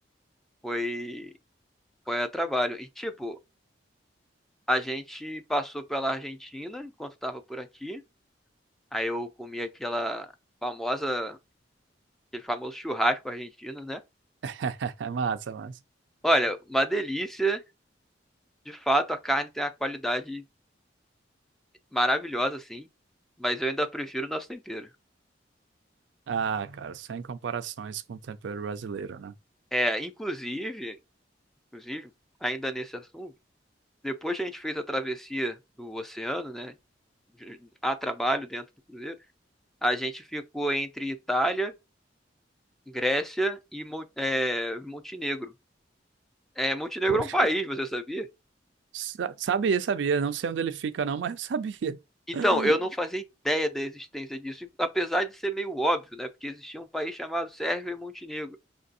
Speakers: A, in the centre; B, on the right.
A: foi foi a trabalho. E tipo, a gente passou pela Argentina enquanto tava por aqui. Aí eu comi aquela famosa, aquele famoso churrasco argentino, né?
B: <laughs> Massa, massa.
A: Olha, uma delícia. De fato, a carne tem uma qualidade maravilhosa, assim. Mas eu ainda prefiro o nosso tempero.
B: Ah, cara, sem comparações com o tempero brasileiro, né?
A: É, inclusive, inclusive, ainda nesse assunto, depois que a gente fez a travessia do oceano, né? de- A trabalho dentro do cruzeiro, a gente ficou entre Itália, Grécia e Mon- é, Montenegro. É, Montenegro
B: Poxa,
A: é um país, você sabia?
B: sa- sabia, sabia. Não sei onde ele fica, não, <laughs> mas eu sabia.
A: Então,
B: <laughs>
A: eu não fazia ideia da existência disso, apesar de ser meio óbvio, né? Porque existia um país chamado Sérvia e Montenegro.